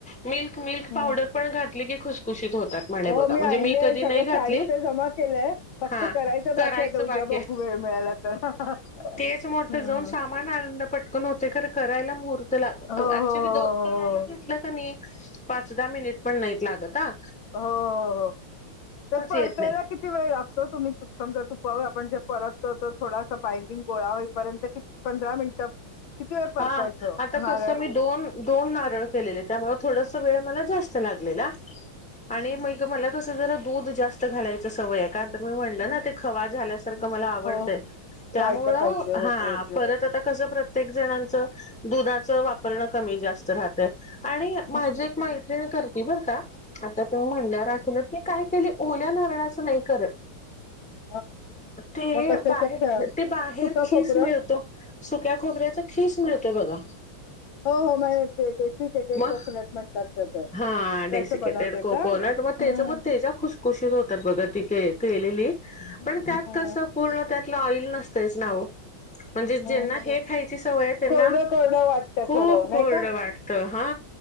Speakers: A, in the centre; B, on the left.
A: मिल्क मिल्क
B: हम्म.
A: पावडर पण घातली की खुशखुशीत होतात. म्हणे
B: हो
A: बघा
B: मी
A: म्हणजे
B: आणलीय
A: कधी
B: सगळं
A: नाही घातली
B: साहित्य जमा केलंय फक्त
A: हा
B: करायचं बाकी आता उद्या
A: बाकी
B: ब
A: आहे
B: घू वेळ मिळाला तर हा हम्म.
A: तेच मोठं जाऊन सामान आनन पटकन होतय खर करायला मुहूर्त लाग
B: हो हो
A: ऍक्च्युली
B: हो हो
A: दोन करायला
B: हो.
A: घेतलं का पाच दहा मिनिट पण नाइत लागत आ.
B: हो हो हो ते परतायला
A: येत नाही
B: किती वेळ लाग तो तुम्ही समजा तुपावर आपण जे परततो थोडासा बाइंडिंग गोळा होईपर्यंत कि -पंधरा मिनिटं किती वेळ परतायचं
A: हा आता
B: नारळ
A: कसं मी दोन दोन नारळ केलेले त्यामुळे थोडस वेळ मला जास्त लागलेला.
B: हम्म,
A: आणि
B: हम्म,
A: म हित
B: हम्म,
A: मला कसं जरा दूध जास्त घालायचं सवय कारण तर मी म्हणलं
B: हम्म.
A: ना
B: हम्म,
A: ते खवा झाल्यासारखं
B: हम्म.
A: मला आवडतंय.
B: हो
A: त्यामुळं
B: वाढलं पाहिजे ओके
A: हा
B: ओके हम्म,
A: परत आता कस प्र जणांच दुधाचवापरण कमी जास्त राहतय आणि माझी
B: हम्म.
A: एक मै त्रीण करती बरका आता तुम्ही म्हणणार तीन ते काय केलय ओल्या नारळाचं नाय करत.
B: <inaudible>
A: ते
B: मग कशाच्या
A: बाहेर
B: खे
A: ते बाहेर
B: सुका
A: खीस
B: खोबरं
A: मिळतो सुक्या खोबऱ्याचा खीस मिळतोय बघा.
B: हो हो माया हिते डेसिकेटेड
A: मग
B: कोकनट म्हणतात. त्याच
A: हा डेसिकेटेड
B: त्याच बनवते
A: कोकोनट
B: का हम्म
A: मग तेच मग त्याच्या खुश शीत होतात बघा ती केलेली
B: हम्म
A: पण त्यात
B: हम्म
A: कसं
B: हम्म
A: पूर्ण त्यातलं ऑइल नसतंयच ना ओ? म्हणजे ज्यांना
B: हम्म, हम्म.
A: हे खायची सवय आहे त्यांना
B: कोरडं कोरडं वाटत
A: खूप
B: थोडं नाही
A: कोरड
B: का
A: वाट त हा.